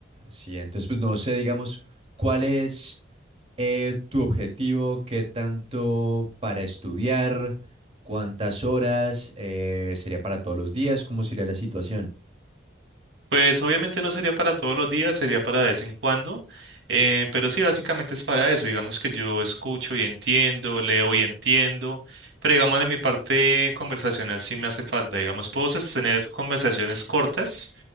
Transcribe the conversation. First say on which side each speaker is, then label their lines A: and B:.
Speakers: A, on the right; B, on the right.
A: Sí, entonces pues no sé, digamos, ¿cuál es eh, tu objetivo? ¿Qué tanto para estudiar? ¿Cuántas horas? Eh, ¿sería para todos los días? ¿Cómo sería la situación?
B: Pues obviamente no sería para todos los días, sería para de vez en cuando, eh, pero sí, básicamente es para eso, digamos que yo escucho y entiendo, leo y entiendo, pero digamos de mi parte conversacional sí me hace falta, digamos, puedo sostener conversaciones cortas,